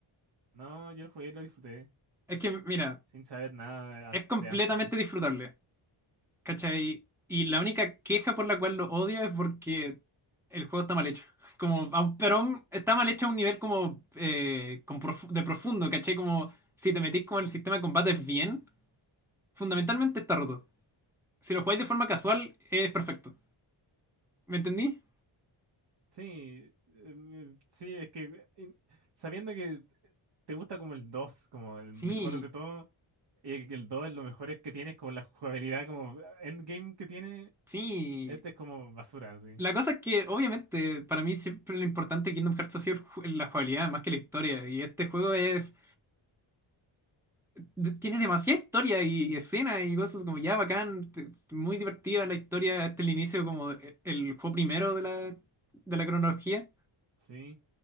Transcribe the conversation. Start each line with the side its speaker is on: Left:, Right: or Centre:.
Right: No, yo el jugué y lo disfruté,
Centre: Es que, mira,
Right: sin saber nada de, an-
Centre: es completamente
Right: de antes.
Centre: disfrutable, ¿cachai? Y la única queja por la cual lo odio es porque el juego está mal hecho. <laughs> Como, a un- pero aún está mal hecho a un nivel como eh, con profu- de profundo, ¿cachai? Como si te metís con el sistema de combates bien, fundamentalmente está roto. Si lo jugáis de forma casual, es perfecto. ¿Me entendí?
Right: Sí, em, em, sí, es que em, sabiendo que te gusta como el 2 como el mejor
Centre: Sí,
Right: de todo, y que el 2 es lo mejor es que tienes, como la jugabilidad, como endgame que tiene,
Centre: Sí,
Right: este es como basura, así.
Centre: la cosa es que obviamente para mí siempre lo importante de Kingdom Hearts ha sido el ju- la jugabilidad más que la historia. Y este juego es de- tiene demasiada historia y escenas y cosas como ya bacán, te- muy divertida la historia. Este es el inicio como e- el juego primero de la, de la cronología.
Right: Sí.